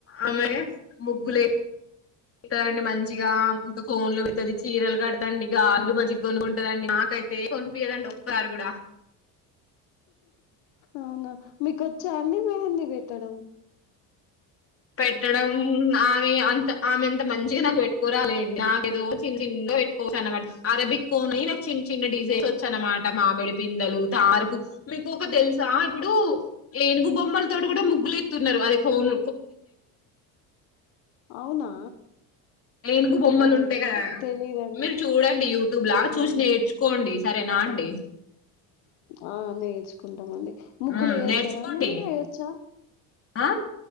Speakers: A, on the left; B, on the left.
A: ఆమె ముగ్గులే తండి మంచిగా ఇంకా కోన్లు పెడతది చీరలు కడతంది గాజులు మజ్గకొను ఉంటదండి నాకైతే ఎం కొనిపించదండి ఒక్కసారి కూడా
B: అవునా మీక వచ్చా అండి మెహందీ పెట్టడం
A: పెట్టడం ఆమె అంత ఆమె ఎంత మంచిగా నాకు పెట్టుకోరాలే నాక్ ఏదో చి చిన్నగా పెట్ అరబిక్ కోను నాక్ చిన్న చిన్న డిజైన్స్
B: అవును.
A: వచ్చా అనమాట మామిడి పిందలు తామర పూ మీకు ఒక తెలుస సా ఇప్పుడు ఏనుగు బొ మ్మల తో కూడా ముగ్గులుత్తున్నారు అదే ఫోన్
B: అవునా
A: ఏనుగు బొమ్మలు
B: అవునా?
A: ఉంటాయి కదా
B: తెలీదండి.
A: మీరు చూడండి యూట్యూబ్లా
B: హ్మ్.
A: చూసి నేర్చుకోండి సరేనా అండి
B: ఆ నేర్చుకుంటామ అండి ముగ్గులు
A: ఉమ్
B: వేయస్తారా
A: నేర్చుకోండి
B: అండి మీరు ఎయొచ్చా
A: ఆ